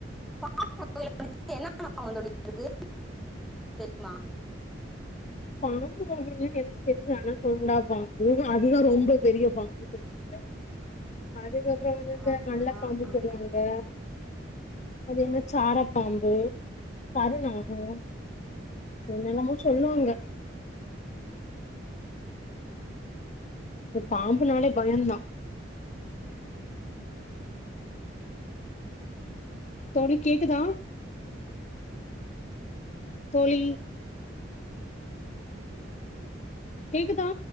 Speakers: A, in the centre; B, on the left.
A: பாம்பு வகைகள்ல என்ன <unintelligible> உங்களுக்கு தெரியுமா
B: பாம்பு வகைகள்ல எனக்கு தெரிஞ்சி அன கோண்டா பாம்பு அதுதா ரொம்ப பெரிய பாம்புன்னு சொல்லுவாங்க அதுக்கப் புறோ வந்து இந்த
A: ஆமா
B: நல்ல பாம்புன்னு
A: ஆ
B: சொல்லுவாங்க அது என்ன சாரப்பாம்பு கருநாகோ என்னென்னமோ சொல்லுவாங்க பாம்புனாலே பயந்தா தோழி கேக்குதா தோழி
A: இது
B: கேக்குதா